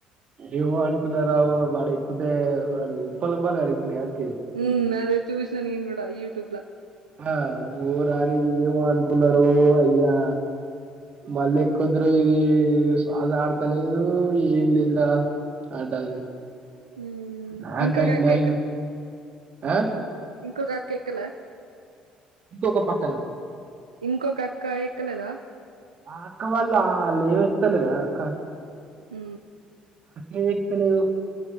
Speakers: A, on the right; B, on the right.
A: ఏమో అనుకున్నారా వాడ ఎక్కుతే వాడు పాలా పాల వెనక్కి
B: ఉ అదే చూసినా నేను కూడా యూట్యూబ్ లా
A: ఆ ఓ రారి ఏమో అనుకున్నోరో అయ్యా మళ్ళీకుదురై ఇది శ్వాస ఆడతలేదు ఏం లేదురా అంటది
B: మ్మ్
A: నగ్యటు
B: ఇంకొక అక్క
A: నైన్ ఆ
B: ఇంకో అక్క ఎక్కలే
A: ఇంకొక పక్కన
B: ఇంకొక అక్క ఎక్కలేదా
A: అక్క వాళ్ల ఆ లే ఎత్తలేదు అక్క
B: ఉ
A: ఏం ఎక్కితేలేదు